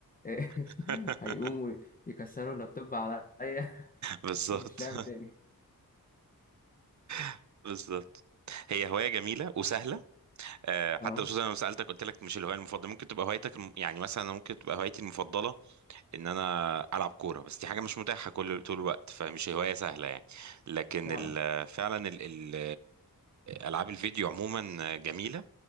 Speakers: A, on the left (about 25°); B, on the right (about 50°).
A: آه، <laughs>
B: <laughs>
A: هيقوموا يكسروا اللابتوب عليا <laughs>
B: بالظبط
A: مفيش لعب تاني
B: <laughs> بالظبط هي هواية جميلة وسهلة آه،
A: اه
B: حتى خصوصا انا لما سألتك قلت لك مش الهواية المفضلة ممكن تبقى هوايتك الم- يعني مثلا ممكن تبقى هوايتي المفضلة ان انا العب كوره بس دي حاجه مش متاحه كل طول الوقت فمش هوايه سهله يعني لكن
A: فعلا
B: ال فعلا ال ال العاب الفيديو عموما جميله